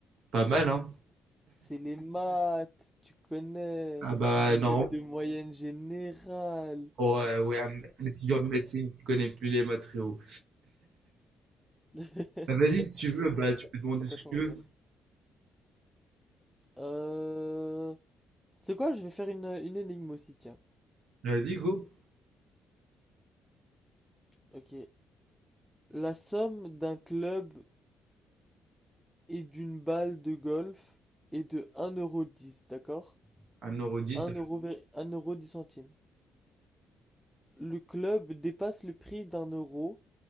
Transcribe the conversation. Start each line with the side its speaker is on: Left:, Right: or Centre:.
Right: Pas mal, hein?
Centre: C'est les maths, tu connais.
Right: Ah bah,
Centre: dix
Right: normalement,
Centre: sept de moyenne générale.
Right: ouais, ouais, un, un étudiant de médecine qui connaît plus les matériaux.
Centre: <laughs>
Right: Bah, vas-y, si tu veux, bah,
Centre: Ouais,
Right: tu peux demander
Centre: C'est
Right: ce
Centre: à
Right: que
Centre: ton
Right: tu veux.
Centre: honneur. Euh... C'est quoi? Je vais faire une, une énigme aussi, tiens.
Right: Vas-y, go.
Centre: Ok. La somme d'un club et d'une balle de golf est de un euro dix, d'accord?
Right: Un euro dix.
Centre: Un un euro vé- un euro dix centimes. Le club dépasse le prix d'un euro.